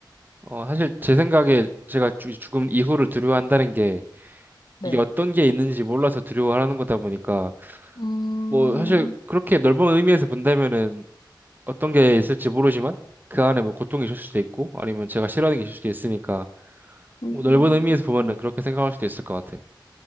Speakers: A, on the right (about 25°); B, on the left (about 70°).
A: 어, 사실 제 생각에 제가 죽- 죽음 이후를 두려워한다는 게
B: 네.
A: 이게 어떤 게 있는지 몰라서 두려워하는 거다 보니까
B: 음,
A: 뭐 사실 그렇게 넓은 의미에서 본다면은 어떤 게 있을지 모르지만 그 안에 뭐 고통이 있을 수도 있고 아니면 제가 싫어하는 게 있을 수도 있으니까
B: 음.
A: 뭐 넓은 의미에서 보면은 그렇게 생각할 수도 있을 것 같아요.